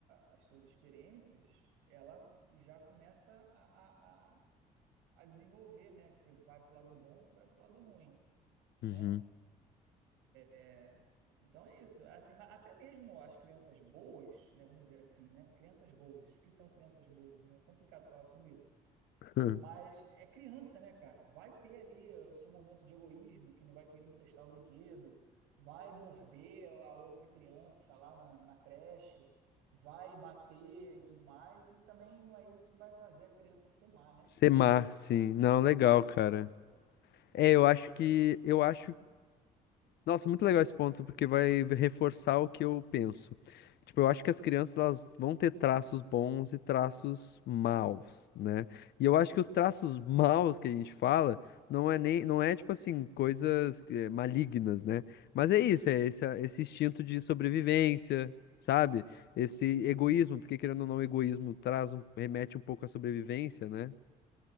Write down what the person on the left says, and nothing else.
Uhum.
<laughs>
Semar, sim. Não, legal,
cara. É, eu acho que eu acho Nossa, muito legal esse ponto, porque vai reforçar o que eu penso. Tipo, eu acho que as crianças elas vão ter traços bons e traços maus, né? E eu acho que os traços maus que a gente fala não é nem, não é tipo assim, coisas eh, malignas, né? Mas é isso, é esse, esse instinto de sobrevivência, sabe? Esse egoísmo, porque querendo ou não, o egoísmo traz um, remete um pouco à sobrevivência, né?